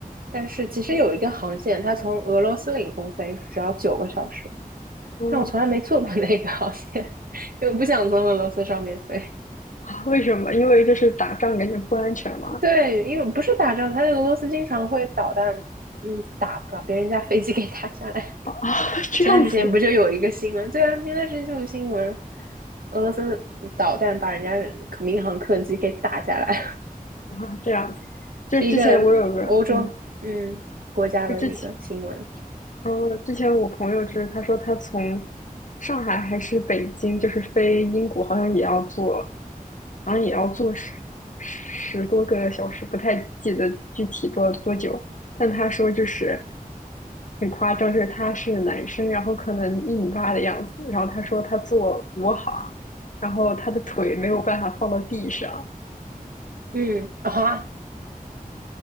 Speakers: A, on the right; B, on the left.
A: 但是其实有一个航线，它从俄罗斯领空飞只要九个小时，
B: 嗯，
A: 但我从来没坐过那个航线，<laughs> 因为我不想从俄罗斯上面飞。
B: <laughs> 啊为什么？因为就是打仗感觉不安全嘛。
A: 对，因为不是打仗，他在俄罗斯经常会导弹，嗯，打把别人家飞机给打下来。
B: 啊，<laughs> 这样子
A: 前段时间不就有一个新闻？对啊，前段时间就有新闻，俄罗斯导弹把人家民航客机给打下来，
B: 啊，这样子。
A: <laughs>
B: 就之前我有个嗯，
A: 是一个欧洲嗯国家的一个新闻。
B: 就之前。哦，之前我朋友就是他说他从上海还是北京，就是飞英国，好像也要坐，好像也要坐十十多个小时，不太记得具体多多久。但他说就是很夸张，就是他是男生，然后可能一米八的样子，然后他说他坐国航，然后他的腿没有办法放到地上。
A: 嗯啊，